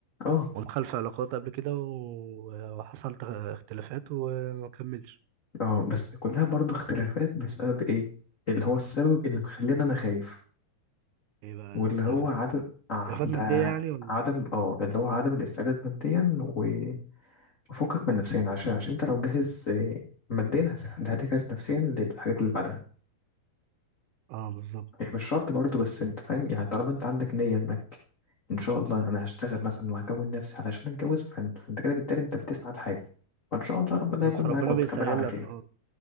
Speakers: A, on the left; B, on the right.
A: اه
B: ودخل في علاقات قبل كده و- وحصل تخ- اختلافات وما كملش
A: اه بس كلها برضه اختلافات بسبب ايه اللي هو السبب اللي مخلينا انا خايف
B: ايه بقى
A: واللي
B: الاختلافات
A: هو عدم ع-
B: اختلافات
A: ده
B: مادية يعني ولا
A: عدم اه اللي هو عدم الاستعداد ماديا و- وفكك من نفسيا عشان عشان انت لو جاهز آه، ماديا هت- هتجهز نفسيا للحاجات اللي بعدها
B: اه بالظبط
A: هي مش شرط برضه بس انت فاهم يعني طالما انت عندك نية انك ان شاء الله انا هشتغل مثلا وهكون نفسي علشان اتجوز فانت, فانت كده بالتالي انت بتسعى لحاجة فان شاء الله ربنا
B: بالظبط
A: هيكون
B: فربنا
A: معاك وتكمل
B: بيسهل
A: على
B: لك
A: خير
B: اه